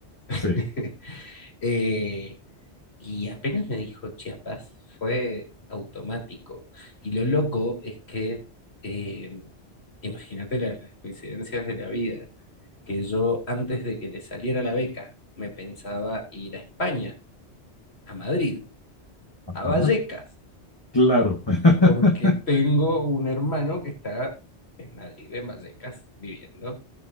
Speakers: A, on the left; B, on the left.
A: <laughs>
B: Sí.
A: Eh, y apenas me dijo Chiapas, fue automático. Y lo loco es que, eh, imagínate las, las coincidencias de la vida, que yo antes de que le saliera la beca, me pensaba ir a España, a Madrid,
B: Ajá,
A: a Vallecas.
B: claro. <laughs>
A: porque tengo un hermano que está en Madrid, en Vallecas, viviendo